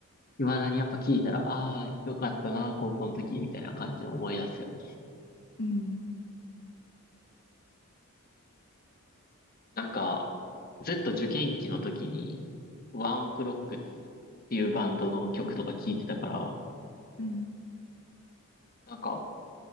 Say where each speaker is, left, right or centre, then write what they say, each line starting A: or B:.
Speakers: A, on the left (about 40°); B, on the left (about 55°).
A: 未だにやっぱ聞いたら、ああ、よかったな、高校の時みたいな感じを思い出すよね。
B: うん、
A: なんか、Z 受験期の時に、ワンオクロックっていうバンドの曲とか聴いてたから、
B: うん。
A: なんか、